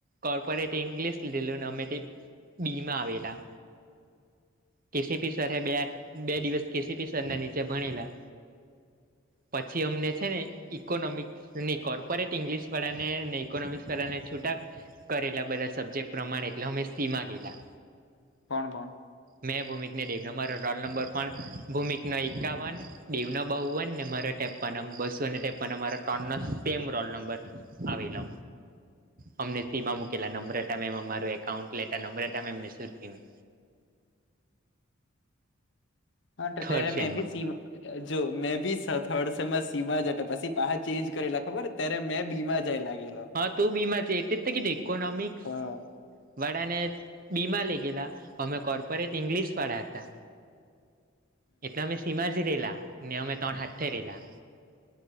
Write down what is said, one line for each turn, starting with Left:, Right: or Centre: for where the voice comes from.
Right: કોર્પોરેટ ઇંગ્લિશ લીધેલું, ને અમે <unintelligible> બી માં આવેલા. કે સી પી સરે બે <unintelligible> બે દિવસ કે સી પી સર ના નીચે ભણેલા. પછી અમને છે ને ઈકોનોમિક, ની કોર્પોરેટ ઇંગ્લિશવાળા ને, ને ઇકોનોમિકસાવાળાને છૂટા કરેલા બધા સબ્જેક્ટ પ્રમાણે, એટલે અમે સી માં ગયેલાં.
Left: કોણ-કોણ?
Right: મેં, ભૌમિક ને દેવ. અમારો રોલ નંબર પણ, ભૌમિક નો એકાવન દેવનો બાવ વન, ને મારા ત્રેપન, અમ બસો ને ત્રેપન. અમારા ત્રણ નો સેમ રોલ નંબર આવેલો. અમને સી માં મુકેલાહ નમ્રતા મેમ અમારુ એકાઉન્ટ લેતા. નમ્રતા મેમ ને સુરભી મેમ.
Left: હા તો
Right: થર્ડ
Left: ત્યારે
Right: સેમમાં
Left: મેં બી સીમાં જો મેં સ થર્ડ બી સેમમાં સી માં જ હતો. પછી <unintelligible> ચેન્જ કરેલા ખબર? ત્યારે મેં બી માં જાય લાગેલો.
Right: તું બી માં છે. તેજ <unintelligible> ઇકોનોમિક્સ
Left: હા
Right: વાળાને બી માં લઈ ગયેલા. અમે કોર્પોરેટ ઇંગ્લિશ વાળા હતા. એટલે અમે સી માં જ રહેલા. ને અમે તણ હાથે રહેલા.